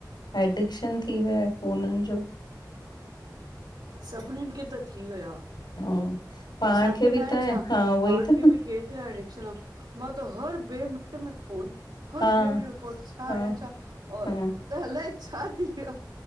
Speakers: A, on the left; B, on the right.
A: एडिक्शन थी वियो आहे फोननि जो
B: सभिनिन खे त थी वियो आहे
A: हा पाण
B: असांखे
A: खे
B: न
A: बि
B: आहे
A: त
B: छा,
A: हा उहो
B: पाण
A: ई त
B: खे बि केतिरा एडिक्शन मां त हर ॿ मिनट में फ़ोन हर
A: हा
B: ॿे मिनट में फोट छा
A: हा
B: आया छा और
A: हा
B: अलाए छा थी वियो